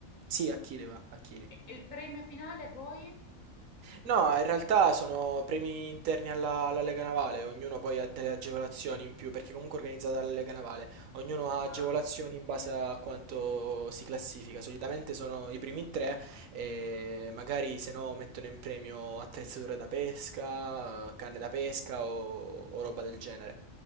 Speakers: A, on the right (about 70°); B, on the left (about 65°).
A: Sì, a chili va, a chili.
B: E e il premio finale poi?
A: No, in realtà sono premi interni alla, alla Lega Navale, ognuno poi ha delle agevolazioni in più, perché comunque è organizzata dalla Lega Navale, ognuno ha
B: Ah,
A: agevolazioni in base a quanto si classifica, solitamente sono i primi tre e magari se no mettono in premio attrezzature da pesca, canne da pesca o o roba del genere.